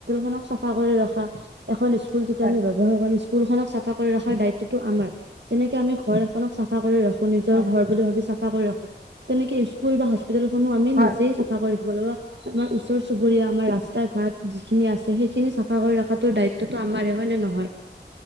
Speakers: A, on the right (about 75°); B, on the right (about 55°).
A: খনক চাফা কৰি ৰখা এখন স্কুল যেতিয়া
B: হয়
A: আমি ব্যৱহাৰ কৰিম স্কু ল খনক চাফা কৰি ৰখাৰ দায়িত্বটো আমাৰ যেনেকে আমি ঘৰ এখনক চাফা কৰি ৰাখা নিজৰ
B: হয়
A: ঘৰ বুলি ভাবি চাফা কৰি ৰাখো তেনেকে স্কুল বা হস্পিতেল খনো আমি
B: হয়
A: নিজেই চাফা কৰি ৰাখিব লাগিব। আমাৰ ওচৰ চুবুৰীয়া আমাৰ ৰাস্তা ঘাট যিখিনি আছে সেইখিনি চাফা কৰি ৰাখাটো দায়িত্বটো আমাৰে হয় নে নহয়।